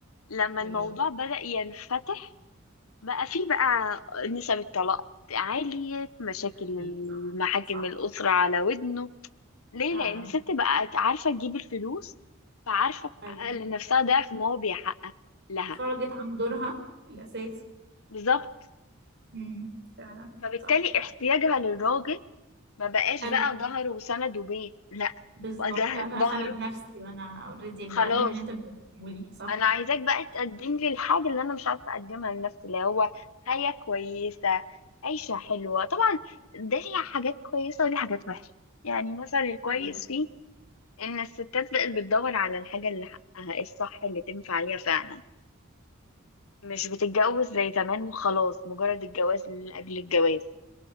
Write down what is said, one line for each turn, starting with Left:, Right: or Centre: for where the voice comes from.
Left: لما
Right: ايوه
Left: الموضوع بدأ ينفتح بقى فيه بقى نسب الطلاق عالية مشاكل
Right: اكيد
Left: المحاكم
Right: صح صح
Left: الأسرة على ودنه ليه؟
Right: فعلا
Left: لأن الست بقت عارفة تجيب الفلوس فعارفة تحقق
Right: ايوه
Left: لنفسها ضعف ما هو بيحقق لها
Right: خرجت عن دورها الاساسي
Left: بالظبط
Right: امم فعلا
Left: فبالتالي
Right: صح
Left: احتياجها للراجل ما بقاش
Right: حلو
Left: بقى ظهر وسند وبيت لا
Right: بالظبط
Left: بقى ده
Right: انا
Left: ظهر
Right: اسند نفسي وانا اوريدي بقدم
Left: خلاص
Right: اللي انت بتقوليه صح
Left: انا عايزاك بقى تقدم لي الحاجه اللي انا مش عارفه اقدمها لنفسي اللي هو حياه كويسه عيشه حلوه طبعا ده ليها حاجات كويسه وليها حاجات وحشه يعني مثلا الكويس
Right: ايوه
Left: فيه ان الستات بقت بتدور على الحاجه اللي حقها الصح اللي تنفع عليها فعلا مش بتتجوز زي زمان وخلاص مجرد الجواز لاجل الجواز